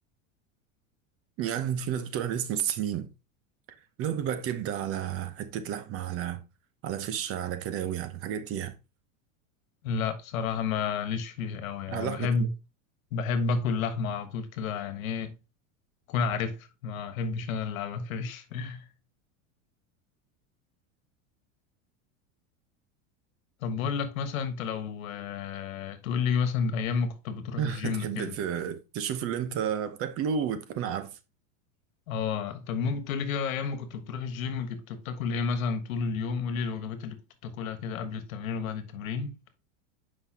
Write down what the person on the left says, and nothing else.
لا صراحة ما ليش فيها أوي يعني
بحب بحب آكل لحمة على طول كده يعني ايه كون عارف ما أحبش أنا اللعبة دي <laughs> طب بقول لك مثلا أنت لو آه، تقول لي مثلا أيام ما كنت بتروح
الجيم
كده
اه طب ممكن تقولي كده ايام ما كنت بتروح الجيم كنت بتاكل ايه مثلا طول اليوم قولي الوجبات اللي كنت بتاكلها كده قبل التمرين وبعد التمرين